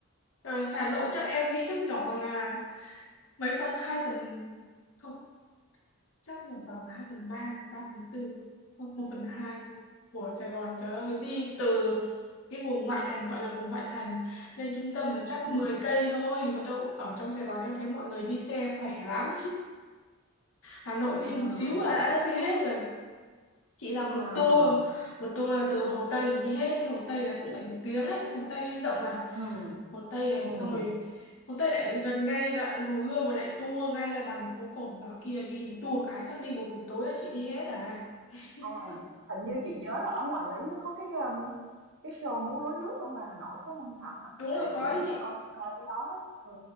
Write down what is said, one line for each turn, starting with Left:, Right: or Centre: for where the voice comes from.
Left: rồi Hà Nội chắc em nghĩ chắc nhỏ bằng à, mấy phần hai phần không chắc nhỏ bằng hai phần ba hoặc ba phần tư không một phần hai của Sài Gòn trời ơi đi từ cái vùng ngoại thành gọi là vùng ngoại thành lên trung tâm mà chắc
Right: Ừm,
Left: 10 cây thôi còn đâu ở trong Sài Gòn em thấy mọi người đi xe khỏe lắm Hà Nội
Right: ừm,
Left: đi một xíu là đã đi hết rồi chị làm
Right: ừm,
Left: một tour một tour là từ Hồ Tây đi hết cái Hồ Tây là cũng phải một tiếng đấy Hồ Tây rộng mà
Right: ừm,
Left: Hồ Tây này
Right: ừm.
Left: xong rồi Hồ Tây lại gần ngay đoạn Hồ Gươm rồi lại tour ngay ra đằng phố cổ dạo kia đi một tour cái chắc đi một buổi tối là chị đi hết à
Right: À,
Left: <laughs>
Right: hình như chị nhớ là ở ngoài đấy nó có cái um, cái show múa rối nước ở ngoài Hà Nội phải không Thảo hả?
Left: đúng
Right: Tại
Left: rồi
Right: vì
Left: có
Right: chị muốn
Left: ý chị
Right: cho con chị coi cái đó đó. Ừ.